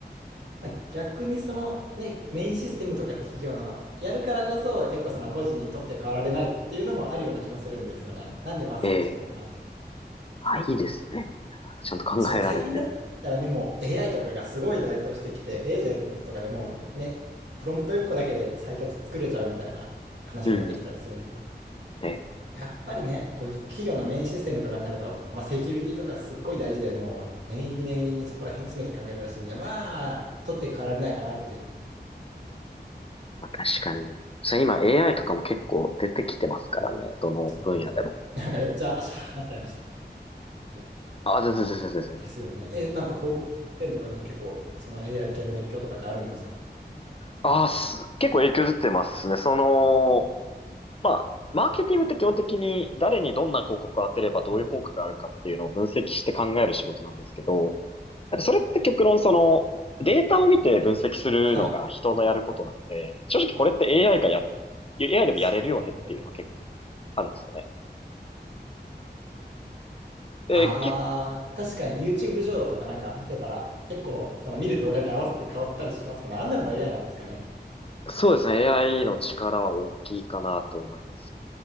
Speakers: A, on the right; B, on the left.
A: まあ、逆にそのね、メインシステムとか企業のやるからこそ、結構その個人にとって変わられないっていうのもあるような気もするんですよね。なんでまあそっち行こうかなっていう。
B: ええ。あ、いいですね。ちゃんと考えられて。
A: そう、最近だったらね、もう AI とかがすごい台頭してきて、エージェントとかでもうね、プロンプト1個だけでサイト作れちゃうみたいな話も出てきたりするんで。
B: うん。ええ。
A: やっぱりね、この企業のメインシステムとかになると、まあ、セキュリティとかすっごい大事で、もう念入りに念入りにそこら辺詰めて考えるらしいんで、まあ、取って代わられないかなって、
B: まあ、確かに。それ今 AI とかも結構出てきてますからね。どの分野でも。
A: そうなんですよ。なんかめっちゃ話しちゃいました。
B: あ、全然全然全然。
A: ですよね。え、なんか広告店とかでも結構、その AI 系の影響とかってあるんですか
B: ああ、す結構影響出てますね。その、まあ、マーケティングって基本的に誰にどんな広告を当てればどういう効果があるかっていうのを分析して考える仕事なんですけど、
A: はい。
B: なんかそれって極論そのデータを見て分析するのが人のやることなんで、
A: はい。
B: 正直これって AI がや、AI でもやれるよねっていうのは結構あるんですよね。
A: そうです。
B: で、
A: ああ、
B: け、
A: 確かに YouTube 上とかなんか見てたら、結構、その見る動画に合わせて変わったりしますもんね。あんなんも AI なんですかね。
B: そうですね。AI の力は大きいかなと思います。